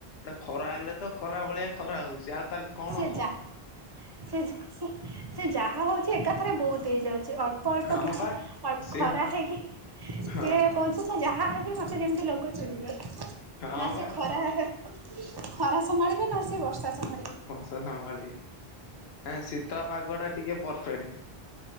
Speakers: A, on the left; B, on the right.
A: ଟେ ଖରା ହେଲେ ତ ଖରା ଭଳିଆ ଖରା ହଉଛି ଆଉ ତାହେଲେ କଣ
B: ସେ
A: ହବ
B: ଯାହା ସେ ସେ ଯାହା ହଉଛି ଏକାଥରେ ବହୁତ ହେଇଯାଉଛି। ଅଳ୍ପ
A: ଏଁ
B: କିଛି
A: ହଁ ବା।
B: ଅଳ୍ପ
A: ସିଏ
B: ଖରା ହେଇକି ସିଏ
A: ହଁ
B: କହୁଛି ମୁଁ ଯାହା ହେବି ମତେ ଯେମିତି ଲୋକ ଚୋଡ଼ିବେ।
A: ହଁ
B: ନା ସେ
A: ବା
B: ଖରାହେ ଖରା ସମ୍ଭାଳିବେ ନା ସେ ବର୍ଷା ସମ୍ଭାଳିବେ।
A: ସେ ସମ୍ଭାଳିବେ ହେଁ ଶୀତ ପାଗଟା ଟିକେ ପରଫେକ୍ଟ।